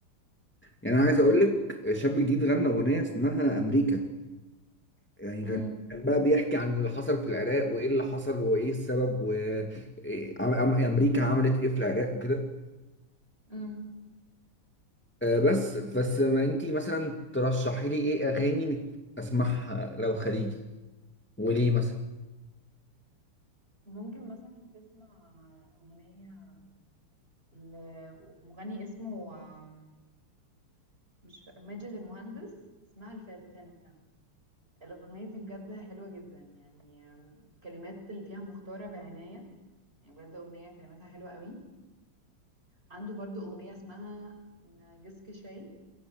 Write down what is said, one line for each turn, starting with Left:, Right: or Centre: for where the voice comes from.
Centre: يعني أنا عايز أقول لك شاب جديد غنى أغنية اسمها أمريكا يعني
Right: مم.
Centre: كان كان بقى بيحكي عن اللي حصل في العراق وإيه اللي حصل وإيه السبب وأمريكا عملت إيه في العراق وكده
Right: مم.
Centre: آه، بس بس ما أنتي مثلا ترشحي لي إيه أغاني أسمعها لو خليجي وليه مثلا
Right: ممكن مثلا تسمع أغنية لمغني اسمه آم، مش فا- ماجد المهندس اسمها الفاتنة الأغنية دي بجد حلوة جدا يعني آم، الكلمات اللي فيها مختارة بعناية يعني بجد أغنية كلماتها حلوة قوي عنده برضو أغنية اسمها نرجسك شاي